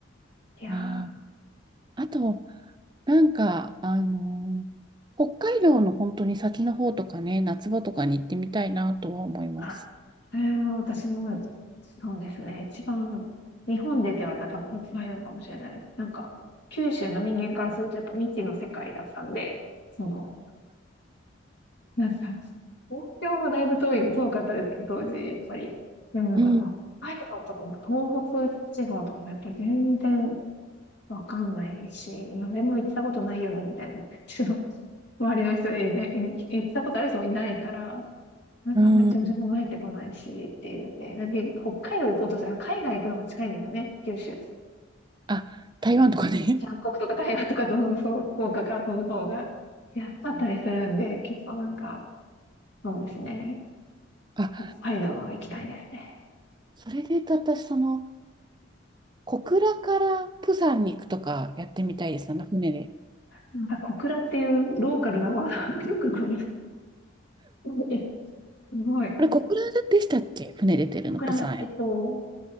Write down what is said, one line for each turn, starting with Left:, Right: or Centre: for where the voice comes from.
Left: いやー、
Right: あーあと、なんか、あのー北海道の本当に先の方とかね、夏場とかに行ってみたいなとは思います。
Left: あ、それは私も、そうですね。一番、日本でって言われたら多分北海道かもしれないです。なんか、九州の人間からするとやっぱ未知の世界だったんで、その、なんか、東京もだいぶ遠い、遠かったですけど、当時、やっぱり。でもなんかこう、
Right: うん、
Left: 北海道とかも東北地方とかもやっぱり全然、わかんないし、誰も行ったことないよね、みたいな。<laughs> ちょっと周りの人でね、い行ったことある人もいないから、なんかあんまり情報も入ってこないし、
Right: うん。
Left: っていうんで、だって北海道行こうとしたら海外行くのが近いんですよね、九州。
Right: あ、台湾とかね。
Left: 韓国とか台湾とか飛ぶ、そう、福岡から飛ぶ方が安かったりするんで、結構なんか、そうですね。
Right: あ、
Left: 北海道は行きたいですね。
Right: それで言うと私、その、小倉から釜山に行くとかやってみたいですね、船で。
Left: なんか小倉っていうローカルなワードがよくごめん。<laughs> すごい。
Right: あれ、小倉でしたっけ船出てるの、
Left: 小倉、
Right: 釜山へ。
Left: えっと、小